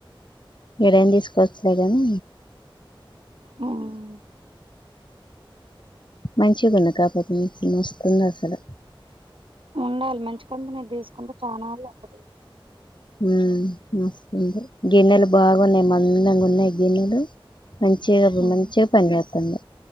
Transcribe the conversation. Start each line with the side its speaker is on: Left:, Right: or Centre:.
Left: ఏదైనా తీసుకొచ్చులే గాని
Right: ఉ ఉ
Left: మంచిగుంది కాకపోతే మస్తుంది అసలు
Right: ఉండాలి మంచి కంపెనీది తీసుకుంటే చాన్నాళ్లు వస్తది
Left: ఉ మస్తుంది గిన్నెలు బాగున్నాయి మందంగా ఉన్నాయి గిన్నెలు మంచిగా
Right: హ్మ్
Left: మంచిగా పనిచేస్తుంది